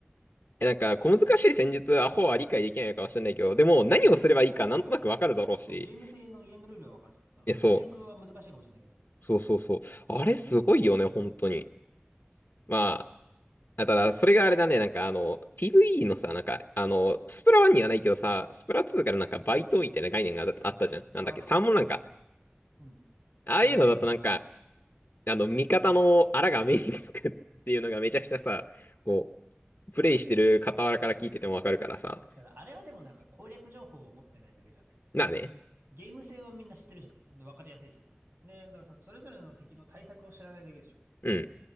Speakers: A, on the left (about 55°); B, on the right (about 65°).
A: え、なんか、小難しい戦術、
B: 簡単だよ。
A: アホは理解できないのかもしれないけど、でも、何をすればいいか、
B: そう、まあもちろ
A: なんとなくわかるだろうし。
B: ん。ゲーム性のゲームルールはわかるじゃん。その戦略は難しいかもしれないけど。
A: え、そう。そうそうそう。あれ、すごいよね、本当に。まあ、
B: うん。
A: あただ、それがあれだね、なんか、あの、PVE のさ、なんか、あの、スプラ1にはないけどさ、スプラ2からなんか、バイトみたいな概念があったじゃん。なんだっけ、
B: ああ。
A: サーモンなんか、
B: うん。
A: ああいうのだとなんか、
B: たまらんね。
A: あの、味方のアラが目につくっていうのがめちゃくちゃさ、こう、プレイしてる傍らから聞いててもわかるからさ。
B: ただ、あれはでもなんか攻略情報を持ってないだけじゃん。
A: なあね。
B: ゲーム性はみんな知ってるじゃん。で、わかりやすいじゃん。で、だからそのそれぞれの敵の対策を知らないだけでしょ。
A: うん。